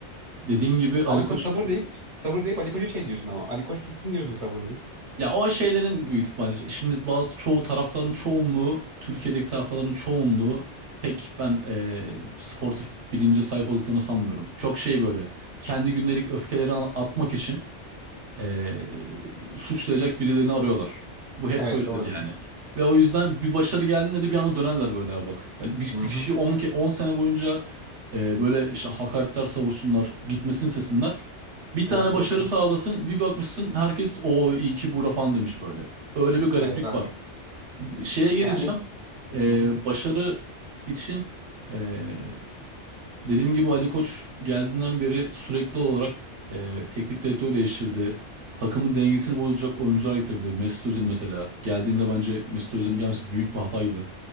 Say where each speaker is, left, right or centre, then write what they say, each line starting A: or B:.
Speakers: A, on the right; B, on the right.
A: dediğim gibi Ali
B: Ama mesela
A: Koç
B: sabır deyip sabır deyip Ali Koç'a şey diyorsun ama Ali Koç gitsin diyorsun sabır deyip.
A: Ya o şeylerin büyük bence. Şimdi bazı çoğu tarafların çoğunluğu, Türkiye'deki tarafların çoğunluğu pek ben eee, sportif bilince sahip olduklarını sanmıyorum. Çok şey böyle kendi gündelik öfkelerini atmak için eee, suçlayacak birilerini arıyorlar. Bu hep
B: Evet
A: böyledir
B: doğru diyorsun.
A: yani. Ve o yüzden bir başarı geldiğinde de bir anda dönerler böyle "Aa bak. Yani bir,
B: Hı
A: bir
B: hı.
A: kişiyi 10 ke 10 sene boyunca eee, böyle işte hakaretler savursunlar, gitmesini sesinler. Bir
B: Evet
A: tane başarı
B: evet öyle.
A: sağlasın bir bakmışsın herkes o iyi ki burada falan demiş böyle. Öyle bir gariplik
B: Evet haklısın.
A: var. Şeye geleceğim.
B: Yani
A: Ee,
B: Hı hı.
A: başarı için ee, Dediğim gibi Ali Koç geldiğinden beri sürekli olarak e, teknik direktör değiştirdi. Takımın dengesini bozacak oyuncular getirdi. Mesut Özil mesela. Geldiğinde bence Mesut Özil'in gelmesi büyük bir hataydı